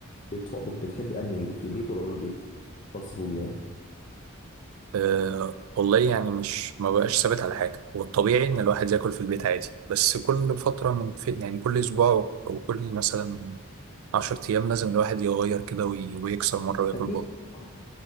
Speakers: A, on the left; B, on the right.
A: بت- بت- بتحب انهي اللي في البيت ولا بره البيت فاست فود يعني
B: أه والله يعني مش ما بقاش ثابت على حاجة هو الطبيعي إن الواحد ياكل في البيت عادي بس كل فترة من في يعني كل أسبوع أو كل مثلا عشر أيام لازم الواحد يغير كده وي- ويكسر مرة وياكل
A: اكيد
B: بره
A: طبعا